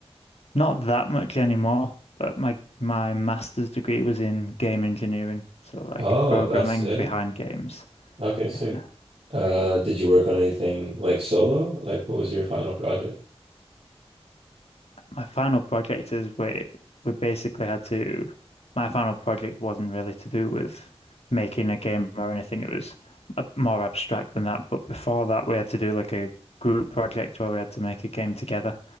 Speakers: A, on the left; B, on the right.
A: Not that much anymore, but my my master's degree was in game engineering, so like
B: Oh,
A: programming
B: that's sick.
A: behind games.
B: Okay,
A: Yeah.
B: sick. Uh, did you work on anything like solo? Like, what was your final project? <laughs>
A: my final project is we we basically had to my final project wasn't really to do with making a game or anything. It was a- more abstract than that. But before that, we had to do like a group project where we had to make a game together.